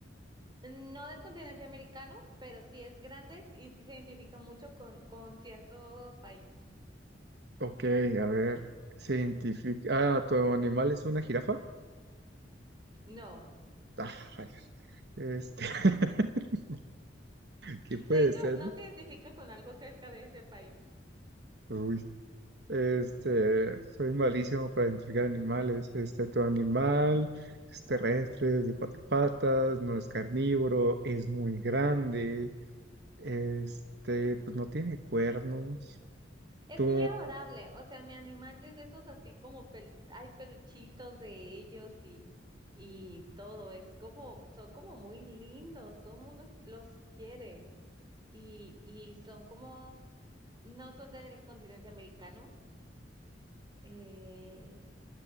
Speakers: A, on the right; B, on the right.
A: No del continente americano, pero sí es grande y sí se identifica mucho con, con cierto país.
B: Ok, a ver, se identifica. Ah, tu animal es una jirafa.
A: No.
B: Ah, rayos. Este, <laughs> ¿qué puede
A: De hecho,
B: ser?
A: no se identifica con algo cerca de ese país.
B: Uy, este, soy malísimo para identificar animales. Este, tu animal es terrestre, es de cuatro patas, no es carnívoro, es muy grande. Este, pues no tiene cuernos.
A: Es
B: Tu,
A: muy adorable, o sea, mi animal es de esos así como pel- hay peluchitos de ellos y, y todo, es como, son como muy lindos, todo el mundo los quiere y, y son como, no son del continente americano eh,